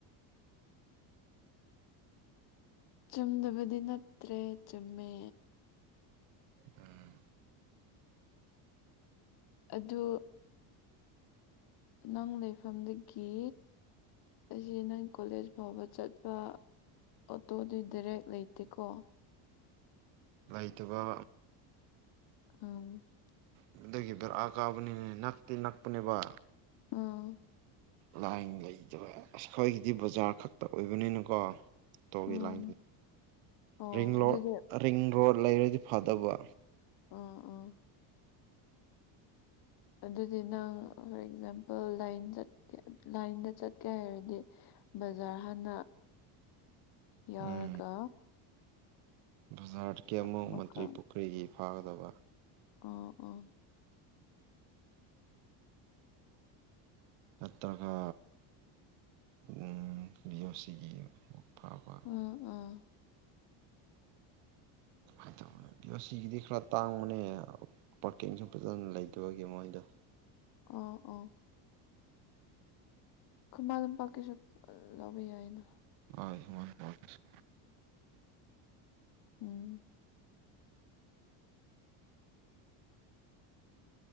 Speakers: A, on the left; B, on the right.
A: ꯆꯨꯝꯗꯕꯗꯤ ꯅꯠꯇ꯭ꯔꯦ ꯆꯨꯝꯃꯦ
B: ꯎꯝ
A: ꯑꯗꯨ ꯅꯪ ꯂꯩꯐꯝꯗꯒꯤ ꯑꯩꯁ ꯅꯪ ꯀꯣꯂꯦꯖ ꯐꯥꯎꯕ ꯆꯠꯄ ꯑꯣꯇꯣꯗꯤ ꯗꯥꯏꯔꯦꯛ ꯂꯩꯇꯦꯀꯣ
B: ꯂꯩꯇꯕ
A: <unintelligible>
B: ꯑꯗꯨꯗꯒꯤ ꯕꯔꯥ ꯀꯥꯕꯅꯤꯅ ꯅꯛꯇꯦ ꯅꯛꯄꯅꯦꯕ
A: ꯎꯝ
B: ꯂꯥꯏꯟ ꯂꯩꯇꯕ ꯑꯩꯈꯣꯏꯒꯤꯗꯤ ꯕꯖꯥꯔ ꯈꯛꯇ ꯑꯣꯏꯕꯅꯤꯅꯀꯣ ꯣ ꯂꯣ <unintelligible>
A: ꯎꯝ ꯑꯣ
B: ꯔꯤꯡ ꯔꯣꯗ
A: ꯑꯗꯨꯗꯤ
B: ꯔꯤꯡ ꯂꫭꯠ ꯂꯩꯔꯗꯤ ꯐꯗꯕ
A: ꯎꯝ ꯎꯝ ꯑꯗꯨꯗꯤ ꯅꯪ ꯐꯣꯔ ꯑꯦꯛꯖꯥꯝꯄꯜ ꯂꯥꯏꯟ ꯆꯠꯀꯦ ꯂꯥꯏꯟꯗ ꯆꯠꯀꯦ ꯍꯥꯏꯔꯗꯤ ꯕꯖꯥꯔ ꯍꯥꯟꯅ ꯌꯥꯎꯔꯒ
B: ꯎꯝ ꯕꯖꯥꯔꯗꯒꯤ ꯑꯃꯨꯛ
A: ꯑꯃꯨꯛꯀ
B: ꯃꯟꯇ꯭ꯔꯤ ꯄꯨꯈ꯭ꯔꯤꯒꯤ ꯐꯥꯒꯗꯕ
A: ꯑꫭ ꯑꯣ
B: ꯅꯠꯇ꯭ꯔꯒ ꯎꯝ ꯚꯤ ꯑꯣ ꯁꯤꯒꯤ ꯑꯃꯨꯛ ꯐꯕ
A: ꯎꯝ ꯎꯝ
B: ꯑꯗꯨꯃꯥꯏ ꯇꯧꯕꯅ‌ꯦ ꯕꯤꯑꫭꯁꯤꯒꯤꯗꯤ ꯈꯔ ꯇꯥꯡꯕꯅꯦ ꯄꯥꯔꯀꯤꯡꯁꯨ ꯐꯖꯅ ꯂꯩꯇꯕꯒꯤ ꯃꯣꯏꯗ
A: ꯑꫭ ꯑꯣ ꯈꯨꯃꯟ ꯂꯝꯄꯥꯛꯀꯤꯁꯨ ꯂꯧꯕ ꯌꯥꯏꯗꯥ
B: ꯍ ꯍꯃ ꯄ <unintelligible>
A: ꯎꯝ